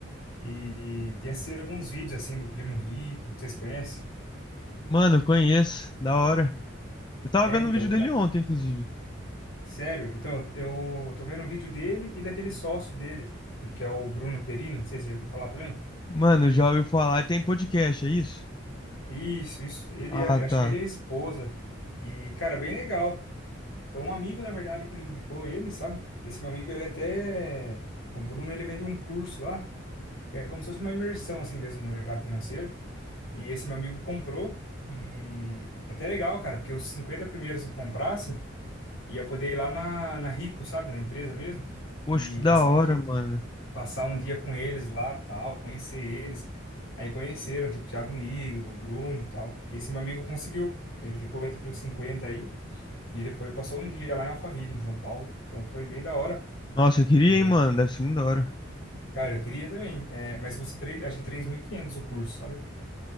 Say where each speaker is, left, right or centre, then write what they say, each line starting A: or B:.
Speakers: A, on the left; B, on the left.
A: E tinha assistido alguns vídeos, assim, do Primo Rico, não sei se conhece.
B: Mano, eu conheço, da hora. Eu tava
A: É,
B: vendo
A: então.
B: um vídeo dele ontem, inclusive.
A: Sério? Então, eu tô vendo o vídeo dele e daquele sócio dele, que é o Bruno Perini, não sei se você já ouviu falar também.
B: Mano, já ouviu falar, ele tem podcast, é isso?
A: Isso, isso. Ele,
B: Ah,
A: é- eu acho
B: tá.
A: que ele é a esposa. E, cara, bem legal. Foi um amigo, na verdade, que me indicou ele, sabe? Esse meu amigo, ele até... O Bruno, ele vende um curso lá, que é como se fosse uma imersão, assim mesmo, no mercado financeiro. E esse meu amigo comprou. E até legal, cara, porque os 50 primeiros que comprassem, ia poder ir lá na, na Rico, sabe? Na empresa mesmo
B: Poxa,
A: e
B: que da
A: passar
B: hora,
A: um dia,
B: mano.
A: passar um dia com eles lá, tal, conhecer eles. Aí conheceram, tipo, Thiago Nigro, o Bruno, tal. E esse meu amigo conseguiu. Ele ficou entre os 50 aí, e ele foi, passou um dia lá em Alphaville, em São Paulo. Então foi bem da hora.
B: Nossa, eu queria,
A: E
B: hein,
A: aí?
B: mano, deve ser muito da hora.
A: Cara, eu queria também, é, mas custa três acho que 3.500 o curso, sabe?